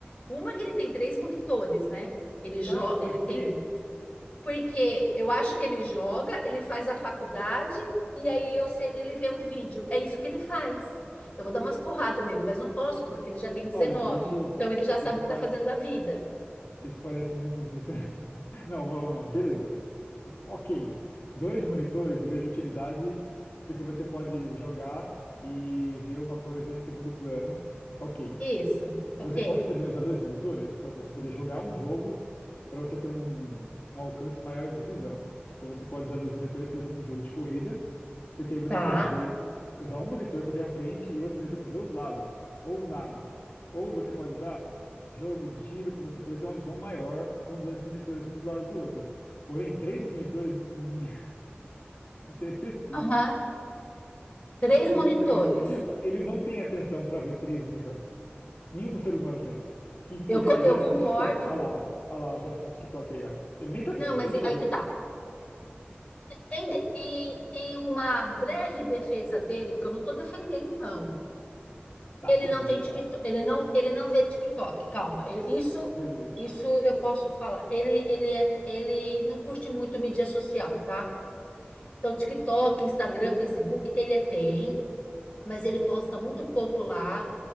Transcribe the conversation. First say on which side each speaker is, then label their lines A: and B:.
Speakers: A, on the left; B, on the left.
A: Uma que ele tem três monitores, né? Ele jo
B: Ah, Pra
A: ele
B: quê?
A: tem, porque eu acho que ele joga, ele faz a faculdade e aí eu sei- ele vê um vídeo. É isso que ele faz. Eu vou dar umas porradas nele, mas não posso, porque ele já tem 19.
B: Olha, isso,
A: então ele já sabe
B: isso,
A: o que
B: pare-
A: está fazendo da vida.
B: isso parece muito desnecessário. <laughs> Não, vou- não, beleza. Ok. Dois monitores eu vejo utilidade porque você pode jogar e ver uma coisa em segundo plano. Ok.
A: Isso, ok.
B: Você pode também usar dois monitores para você poder jogar um jogo, para você ter um, um alcance maior de visão. Então você pode usar dois monitores, por exemplo, num jogo de corrida, porque aí você
A: Tá.
B: pode ver, usar um monitor para ver a frente e outro monitor para ver os lados, ou um lado. Ou você pode usar jogo de tiro para você poder ter uma visão maior com dois monitores um do lado do outro. Porém, três monitores, isso <laughs> isso é excessivo.
A: Aham. Três monitores.
B: Não tem, ele não tem atenção para ver três monitores. Nenhum ser humano tem. Que, que
A: Eu,
B: é
A: co-
B: a
A: eu
B: geração
A: concordo.
B: TikTok. Olha lá, ó. Olha lá, ó, a geração TikTok aí, ó. Ele nem tá
A: Não,
B: vendo,
A: mas
B: ele
A: e-
B: nem tá
A: aí
B: vendo.
A: que tá. Em, de- em, em uma breve defesa dele, porque eu não tô defendendo, não.
B: Tá
A: Ele
B: sim,
A: não
B: que eu
A: tem
B: vou te
A: TikTok,
B: falar.
A: ele não, ele não vê TikTok, calma. Ele- Isso,
B: Beleza.
A: isso eu posso falar. Ele, ele, é, ele não curte muito mídia social, tá? Então, TikTok, Instagram, Facebook, ele é- tem, mas ele posta muito pouco lá.